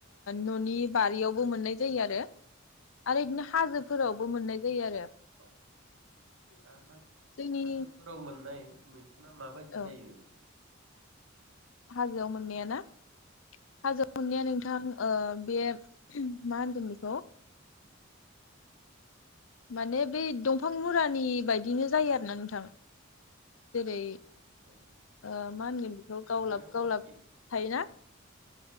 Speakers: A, on the left (about 80°); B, on the right (about 85°).
A: ननि बारियावबो मोननाय जायो आरो आरो बिदिनो हाजोब फोरावबो मोननाय जायो आरो
B: औ दा हाजं
A: जोंनि
B: हाजोफोराव मोननाय मैखुन ना माबायदि
A: औ
B: जायो
A: हाजोआव मोननाया ना हाजो मोननाया नोंथां ओ बे मा होनगोन बेखौ माने बै दंफां मुरानि बायदिनो जायो आरोना नोंथां जेरै
B: औ
A: मा होनगोन बेखौ गावलाब
B: नुनायाव माबायदि
A: गावलाब थायोना